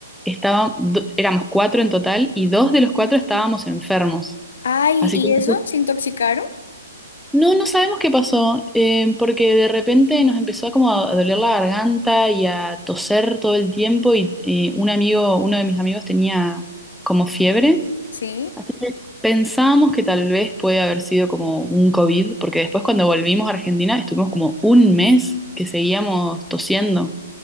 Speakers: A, in the centre; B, on the left (about 65°).
A: estaba, do- éramos cuatro en total y dos de los cuatro estábamos enfermos,
B: Ay,
A: así
B: ¿y
A: que no
B: eso? ¿Se intoxicaron?
A: No, no sabemos qué pasó, eh, porque de repente nos empezó como a, a doler la garganta y a toser todo el tiempo y, y un amigo, uno de mis amigos tenía como fiebre,
B: Sí.
A: así que pensábamos que tal vez puede haber sido como un COVID, porque después cuando volvimos a Argentina estuvimos como un mes que seguíamos tosiendo.